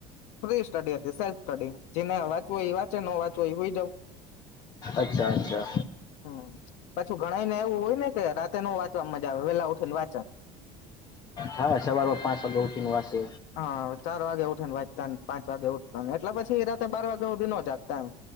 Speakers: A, on the left; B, on the left.
A: ફ્રી સ્ટડી હતી, સેલ્ફ સ્ટડી. જેને વાંચવું હોય ઈ વાંચે, ન વાંચવું હોય ઈ હુઈ જાવ.
B: અચ્છા અચ્છા
A: હમ્મ, પાછું ઘણાય ને એવું હોય ને કે રાત તે નો વાંચવામાં મજા આવે વેલા ઉઠી ને વાંચે.
B: હા સવારમાં પાંચ વાગે ઉઠીને વાંચે
A: હા ચાર વાગે ઉઠીને વાંચતાન પાંચ વાગે ઉઠતા, એટલે પછી રાતે બાર વાગે હુધીન નો જાગતા એમ,